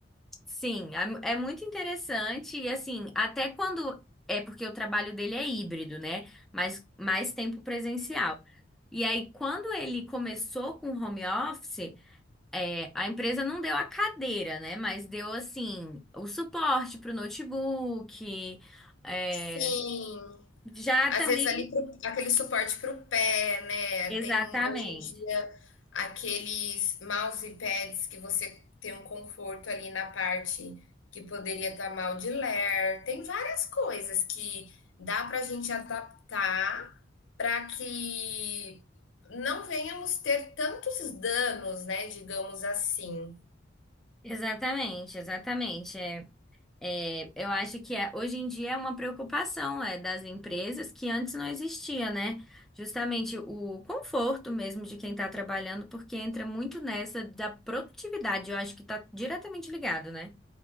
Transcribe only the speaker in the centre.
Sim, é, é muito interessante. E assim, até quando. É porque o trabalho dele é híbrido, né? Mas mais tempo presencial. E aí, quando ele começou com o home office, é, a empresa não deu a cadeira, né? Mas deu, assim, o suporte para o notebook. é,
já
também.
Exatamente.
Exatamente, exatamente. É, é, eu acho que é- hoje em dia é uma preocupação é, das empresas que antes não existia, né? Justamente o conforto mesmo de quem está trabalhando, porque entra muito nessa da produtividade. Eu acho que está diretamente ligado, né?